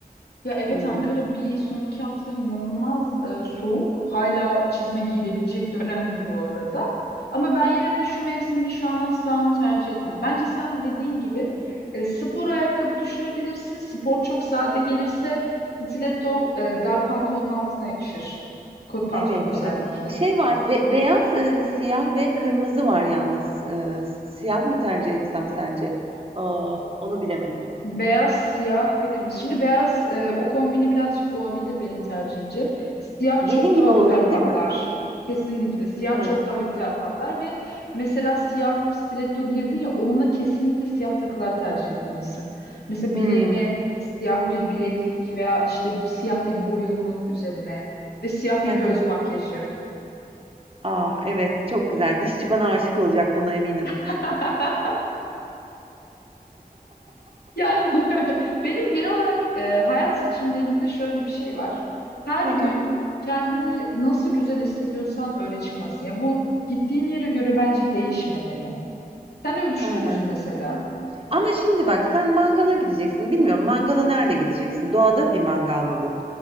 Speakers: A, on the left (about 90°); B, on the right (about 35°).
A: Ya evet
B: E,
A: Ankara bir son iki haftadır inanılmaz e, soğuk. Hala çizme giyilebilecek dönemdi bu arada. Ama ben yine de şu mevsimde şu an asla onu tercih etmem. Bence sen de dediğin gibi e, spor ayakkabı düşünebilirsin. Spor çok sade gelirse stiletto e, dar pantolonun altına yakışır. Kot pantolon
B: Evet,
A: özellikle.
B: evet. Şey var, be- beyaz, e, siyah ve kırmızı var yalnız. E, siyah mı tercih etsem sence? Aa, onu bilemedim.
A: Beyaz, siyah ve kırmızı. Şimdi beyaz e, o kombini birazcık boğabilir benim tercihimce. Siyah çok
B: Gelin
A: daha
B: gibi
A: güzel
B: olurum,
A: patlar.
B: değil mi?
A: Kesinlikle siyah
B: Evet.
A: çok daha güzel patlar ve mesela siyah stiletto girdin ya onunla kesinlikle siyah takılar tercih etmelisin. Mesela
B: Hmm.
A: bileğine siyah bir bileklik veya işte siyah bir boyunluk üzerine ve siyah bir
B: <laughs>
A: göz makyajı.
B: Ah, evet, çok güzel. Dişçi bana aşık olacak, buna eminim.
A: <laughs> Yani <laughs> benim genel olarak e, hayat seçimlerimde şöyle bir şey var. Her
B: Hı
A: gün
B: hı,
A: kendini nasıl güzel hissediyorsan öyle çıkmasın. Ya bu gittiğin yere göre bence değişmemeli. Sen öyle düşünüyor
B: hı hı.
A: musun mesela?
B: Ama şimdi bak, sen mangala gideceksin. Bilmiyorum, mangala nerede gideceksin? Doğada bir mangal mı bu?